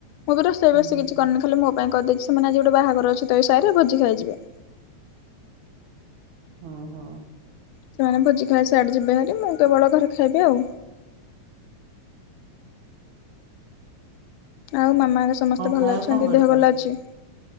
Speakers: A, on the left; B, on the right.
A: ମୁଁ ବି ରୋଷେଇ
B: ହୁଁ
A: ବଷ କିଛି
B: ହୁଁ।
A: କରିନି ମୋ ପାଇଁ କହିଦେଇଛି, ସେମାନେ ଆଜି ଗୋଟେ ବାହାଘର ତସହିରେ ଭୋଜି ଖାଇଯିବେ।
B: ହଁ ହଁ।
A: ସେମାନେ ଭୋଜି ଖାଇ ସିଆଡ଼େ ଯିବେ ହେରି ମୁଁ କେବଳ ଘରେ ଖାଇବି ଆଉ। ଆଉ ମାମା ସମସ୍ତେ
B: କଣ
A: ଭଲ
B: ଖାଇବାକୁ
A: ଅଛନ୍ତି
B: କଣ କରିଛ?
A: ଦେହ ଭଲ ଅଛି?